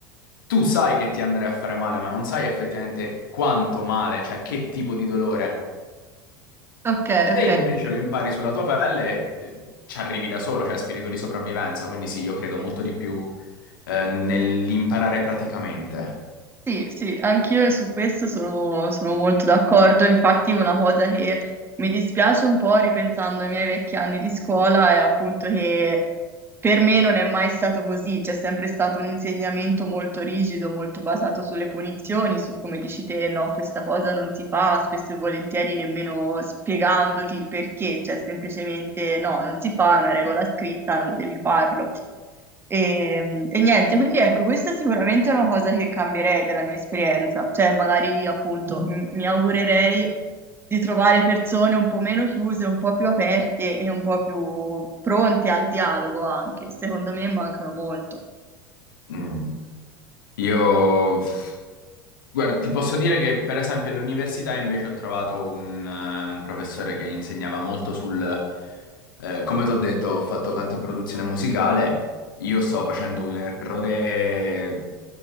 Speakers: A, on the left; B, on the right.
A: Tu sai che ti andrei a fare male, ma non sai effettivamente quanto male, cioè che tipo di dolore.
B: ok,
A: Se
B: ok.
A: invece lo impari sulla tua pelle, eh, ci arrivi da solo, cioè spirito di sopravvivenza, quindi sì, io credo molto di più eh, nell'imparare praticamente.
B: Sì, sì, anch'io su questo sono, sono molto d'accordo. Infatti, una cosa che mi dispiace un po' ripensando ai miei vecchi anni di scuola è appunto che Per me non è mai stato così, c'è sempre stato un insegnamento molto rigido, molto basato sulle punizioni, su come dici te, no, questa cosa non si fa, spesso e volentieri nemmeno spiegandoti il perché, cioè semplicemente no, non si fa, è una regola scritta, non devi farlo. E, e niente, quindi ecco, questa è sicuramente una cosa che cambierei della mia esperienza, cioè magari appunto m- mi augurerei di trovare persone un po' meno chiuse, un po' più aperte e un po' più pronte al dialogo anche. Secondo me mancano molto.
A: Mm. Io, pff, guarda, ti posso dire che per esempio all'università invece ho trovato un, eh, un professore che insegnava molto sul, eh, come ti ho detto, ho fatto canto e produzione musicale, io stavo facendo un errore